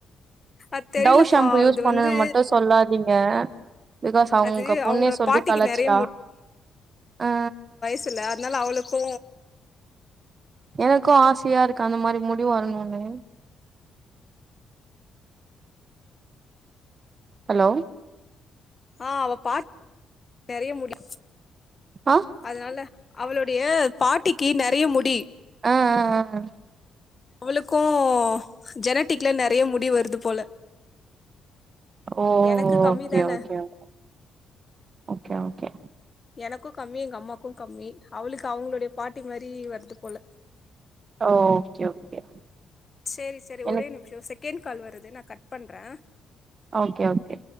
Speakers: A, on the left; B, on the right.
A: அது தெரியலப்பா
B: டவ் ஷாம்பு யூஸ்
A: அது
B: பண்ணுனு
A: வந்து
B: மட்டு சொல்லாதீங்க. பிகாஸ் அ
A: அது
B: உங்க பொண்ணே
A: அவங்க
B: சொல்லி
A: பாட்டிக்கு
B: களாச்சிட்டா
A: நெறைய
B: அ.
A: த்துல அதனால அவுளுக்கு
B: எனக்கு ஆசையா இருக்கு அந்த மாரி முடி வரணுனு. ஹலோ?
A: ஆ அவ பாத் நெறைய முடி
B: அ.
A: அதனால அவுளுடைய பாட்டிக்கி நறைய முடி.
B: அ அ அ அ.
A: அவுளுக்கு ஜெனட்டிக்ல நெறைய முடி வருது போல.
B: ஓ
A: எனக்கு கம்மி
B: ஓகே
A: தான
B: ஓகே ஓ ஓகே ஓகே.
A: எனக்கு கம்மி எங்க அம்மாக்கு கம்மி. அவுளுக்கு அவுங்ளுடைய பாட்டி மாரி வருது போல.
B: ஓ ஓகே ஓகே.
A: சேரி சேரி ஒரே
B: எனக்கு
A: நிம்ஷோ செகண் கால் வருது நா கட் பண்றே.
B: Okay okay.